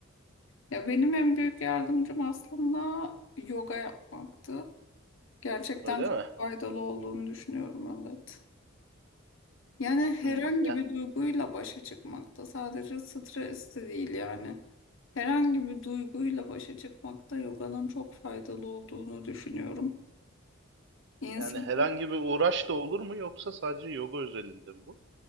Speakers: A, on the left (about 65°); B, on the right (about 60°).
A: Ya benim en büyük yardımcım aslında yoga yapmaktı. Gerçekten
B: Öyle
A: çok
B: mi?
A: faydalı olduğunu düşünüyorum evet. Yani herhangi
B: Hmm, ya,
A: bir duyguyla başa çıkmakta sadece stres de değil yani. Herhangi bir duyguyla başa çıkmakta yoganın çok faydalı olduğunu düşünüyorum. İnsan
B: yani herhangi bir uğraş da olur mu yoksa sadece yoga özelinde mi bu?